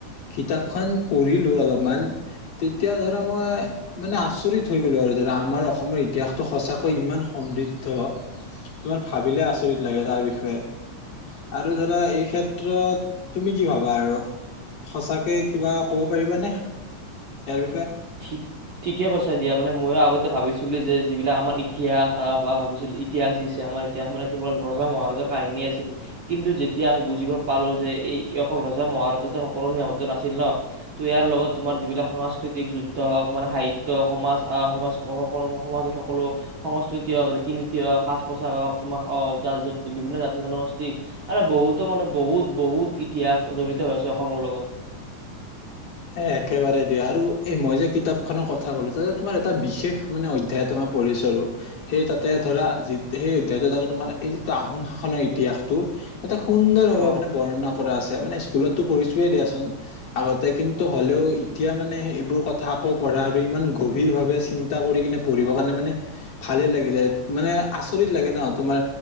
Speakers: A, on the left; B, on the right.
A: কিতাপখন পঢ়িলো অলপমান, তেতিয়া ধৰা মই মানে আচৰিত হৈ গলো আৰু ধৰা আমাৰ অসমৰ ইতিহাসটো সঁচা ইমান সমৃদ্ধ, তোমাৰ ভাবিলে আচৰিত লাগে তাৰ বিষয়ে, আৰু ধৰা এই ক্ষেত্ৰত, তুমি কি ভাবা আৰু সঁচাকৈ কিবা ক'ব পাৰিবানে ইয়াৰ বিষয়ে
B: ঠিক ঠিকে কৈছা দিয়া মানে ময়ো আগতে ভাবিছিলোঁ যে যিবিলাক আমাৰ ইতিহাস বা ভাবিছিলোঁ ইতিহাস যি আছে আমাৰ ইতিহাস মানে কেৱল ৰজা মহাৰাজাৰ কাহিনী আছিল, কিন্তু যেতিয়া আমি বুজিব পালোঁ যে এই অকল ৰজা মহাৰাজাতে সকলো সিনাবদ্ধ নাছিল ন, ত' ইয়াৰ লগত তোমাৰ যিবিলাক সাংস্কৃতিক যুদ্ধ হওক মানে সাহিত্য, সমাজ আহ, সমাজ সকলো সমাজত সকলো সংস্কৃতি হওক, ৰীতি -নীতি হওক, সাজ পোছাক হওক তোমাৰ বিভিন্ন জাতি জনগোষ্ঠী মান বহুতো মানে বহুত বহুত ইতিহাস জড়িত হৈছে অসমৰ লগত।
A: হে একেবাৰে দিয়া আৰু এ মই যে কিতাপখনক ক কথা কলো, তাতে তোমাৰ এটা বিশেষ মানে অধ্যায় তোমাৰ পঢ়িছো আৰু সেই তাতে ধৰা সেই অধ্যায় আৰু তোমাৰ এই যিটো আহোম শাসনৰ ইতিহাসটো তাতে সুন্দৰভাৱে
B: অ
A: মানে বৰ্ণনা কৰা আছে মানে স্কুলতো পঢ়িছোৱেই দিয়াচোন, আগতে কিন্তু টো হ'লেও, এতিয়া মানে এইবোৰ কথা আকৌ পঢ়া আৰু ইমান গভীৰ ভাৱে চিন্তা কৰি কিনে পঢ়িব কাৰণে মানে ভালে লাগি যায় মানে আচৰিত লাগে ন তোমাৰ